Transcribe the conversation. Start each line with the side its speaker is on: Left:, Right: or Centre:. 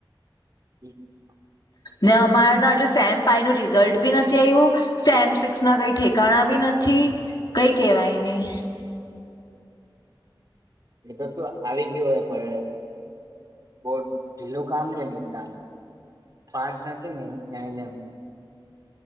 Right: હમ્મ
Left: ને અમારે તા હજુ સેમ ફાઈ નું રિઝલ્ટ બી નથી નથી આયવું સેમસેક્સ ના કઈ ઠેકાણા બી નથી કઈ કેવાયની
Right: એ તો શું આવી ગયું પડે બહુ ઢીલું કામ કે ની તા પાાસ નથી ને ત્યાંને